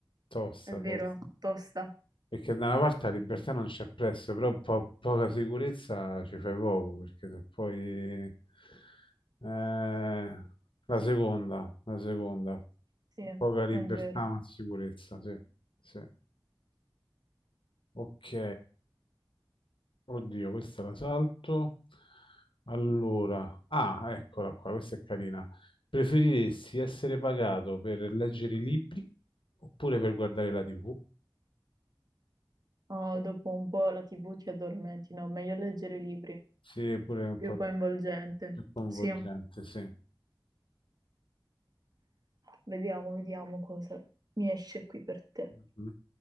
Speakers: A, on the left; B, on the right.
A: tosta,
B: È vero,
A: tosta.
B: tosta.
A: Perché da una parte la libertà non c'è prezzo, però po- poca sicurezza ci fai poco, perché se poi... Eh, la seconda, la seconda.
B: Sì, è
A: Poca libertà
B: vero.
A: ma sicurezza, sì, sì. Ok. Oddio, questa la salto. Allora, ah, eccola qua, questa è carina. Preferiresti essere pagato per leggere i libri oppure per guardare la TV?
B: Oh, dopo un po' la TV ti addormenti, no? Meglio leggere i libri,
A: Sì, pure un
B: più
A: po'
B: coinvolgente.
A: più coinvolgente,
B: Sì,
A: sì.
B: vediamo, vediamo cosa mi esce qui per te.
A: Mhm.